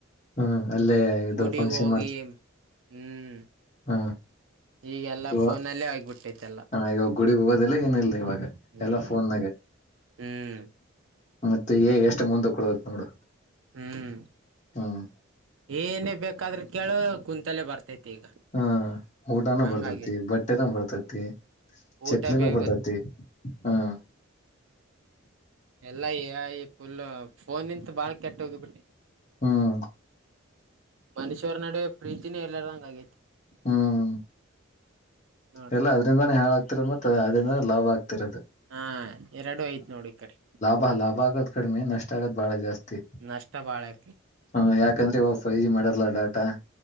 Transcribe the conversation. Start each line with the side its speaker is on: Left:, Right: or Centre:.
Left: ಹ್ಮ್ ಅಲ್ಲೇ ಇದು
Right: ಗುಡಿಗೆ
Left: ಫಂಕ್ಷನ್
Right: ಹೋಗಿ. ಹ್ಮ್
Left: ಹಾ
Right: ಈಗೆಲ್ಲಾ
Left: ಹ
Right: ಫೋನಲ್ಲೇ ಆಗ್ಬಿಟ್ಟೈತೆಲ್ಲ
Left: ಹ ಈಗ ಗುಡಿಗ್ ಹೋಗೋದಿಲ್ಲ ಏನಿಲ್ಲದೆ ಇವಾಗ
Right: ಹ್ಮ್
Left: ಎಲ್ಲ ಫೋನ್ಗ.
Right: ಹ್ಮ್
Left: ಮತ್ತೆ ಏ ಎಷ್ಟು ಮುಂದ ಕೊಡುದತ್ ನೋಡು
Right: ಹ್ಮ್
Left: ಹ್ಮ್
Right: ಏನೇ ಬೇಕಾದ್ರೂ ಕೇಳೋ ಕುಂತಲ್ಲೇ ಬರ್ತೈತಿ ಈಗ
Left: ಹ್ಮ ಊಟಾನ
Right: ಹಂಗಾಗಿ
Left: ಬರ್ತತಿ ಬಟ್ಟೆನ ಬರ್ತತಿ
Right: ಊಟ
Left: ಚಪ್ಲಿನ
Right: ಬೇ
Left: ಬರ್ತೈತಿ ಹ್ಮ್
Right: ಎಲ್ಲ ಈ ಈ ಫುಲ್ ಫೋನ್ಂತ ಬಾಳ ಕೆಟ್ಟ ಹೋಗಿಬಿಟ್ಟೆ
Left: ಹ್ಮ್
Right: ಮನುಷ್ಯರ ನಡುವ ಪ್ರೀತಿನೇ ಎಲ್ಲರ ಹಂಗ ಆಗೇತಿ
Left: ಹ್ಮ್
Right: ನೋಡ
Left: ಎಲ್ಲ ಅದ್ರಿಂದಾನೇ ಹ ಹೇಳಳ ಆಗ್ತಿರದು ಮತ್ತ ಅದ್ರಿಂದ ಲಾ್ ಆಗ್ತಿರೋದು
Right: ಹಾ ಎರಡು ಐತ್ ನೋಡಿ ಕರಿ
Left: ಬಾಳ ಲಾಭ ಆಗೋದು ಕಡಿಮೆ ನಷ್ಟ ಆಗೋತ್ ಬಾಳ ಜಾಸ್ತಿ
Right: ನಷ್ಟ ಬಾಳಕ್ಕೆೆ
Left: ಹಾ ಯಾಕಂದ್ರೆ ಇ ಫೈ ಜಿ ಮಾಡಲ್ಲ ಡಾಟಾ